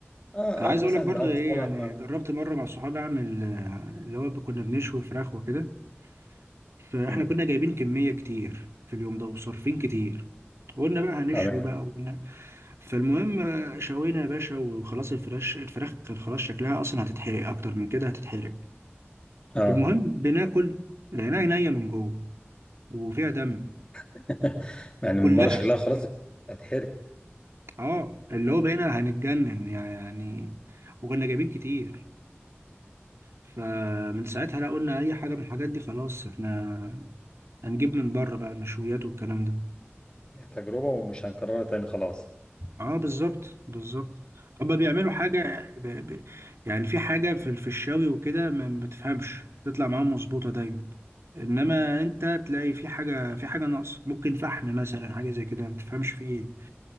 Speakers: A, on the left; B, on the right.
A: اه
B: انا عايز
A: اه
B: اقول
A: مثلا
B: لك برضو
A: معاهم
B: ايه
A: سلطه
B: يعني جربت مره مع صحابي اعمل آه، اللي هو كنا بنشوي فراخ وكده فاحنا
A: امم
B: كنا جايبين كميه كتير في اليوم ده وصارفين كتير قلنا بقى هنشوي
A: تمام
B: بقى وقلنا فالمهم آه، شوينا يا باشا وخلاص الفراخ الفراخ كان خلاص شكلها اصلا هتتحرق اكتر من كده هتتحرق
A: اه
B: المهم بناكل لقيناها نيه من جوه وفيها دم
A: <laughs> يعني
B: وكلها
A: من بره شكلها خلاص هتحرق
B: اه اللي هو بقينا هنتجنن يعني وكنا جايبين كتير فمن ساعتها لا قلنا اي حاجه من الحاجات دي خلاص احنا هنجيب من بره بقى مشويات والكلام ده
A: تجربه ومش هنكررها تاني خلاص
B: اه بالظبط بالظبط هما بيعملوا حاجه ب... ب... يعني في حاجه في في الشاوي وكده ما ما بتفهمش تطلع معاهم مظبوطه دايما انما انت تلاقي في حاجه في حاجه ناقصه ممكن فحم مثلا حاجه زي كده ما تفهمش فيه ايه